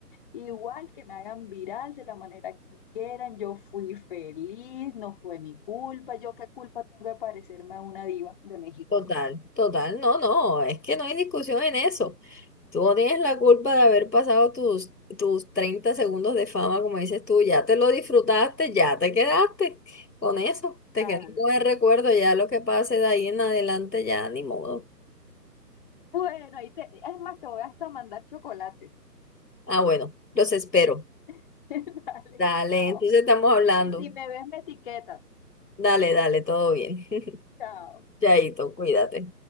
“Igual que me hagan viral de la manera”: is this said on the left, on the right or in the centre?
Left